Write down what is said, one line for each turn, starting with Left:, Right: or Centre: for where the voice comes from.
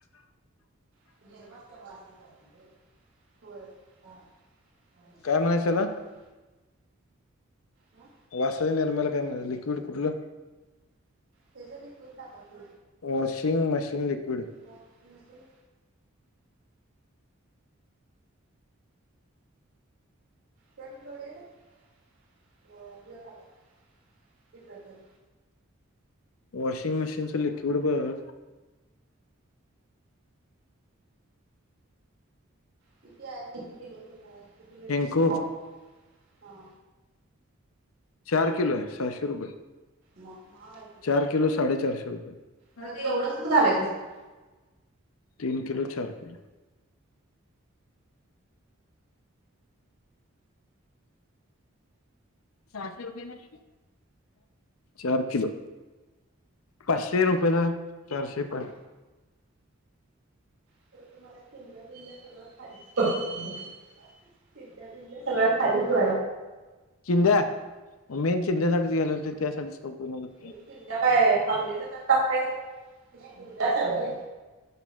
Right: <unintelligible>
Left: काय म्हणायचं त्याला
Right: हा
Left: वासाच्या निर्म्याला काय म्हनतात, लिक्विड कुठलं.
Right: त्याचं लिक्विड टाका की
Left: washing machine liquid.
Right: Washing machine त्यात थोडे हे टाकायचं डिस्टर्जन.
Left: वॉशिंग मशीनचं लिक्विड बघ.
Right: किती आहे किती किलो आहे, किती लिटर
Left: हेंको
Right: आहे हा.
Left: चार किलो आहे, सहाशे रुपये.
Right: मग महाग आहे ते
Left: चार किलो साडेचारशे रुपये,
Right: खरं ते
Left: एवढ.
Right: एवढंसच घालायचं असते
Left: तीन किलो, चार किलो. सहाशे रुपये, चार किलो. पाचशे रुपये ना, चारशे पान.
Right: <unintelligible> चिंट्या-पिंड्या सगळ्या खालीच <inaudible>
Left: चिंध्या मेन चिंदेसाठीच गेले होते त्यासाठीच <inaudible>
Right: चिंध्या काय, हगलेलं त्यात टाकताय काय.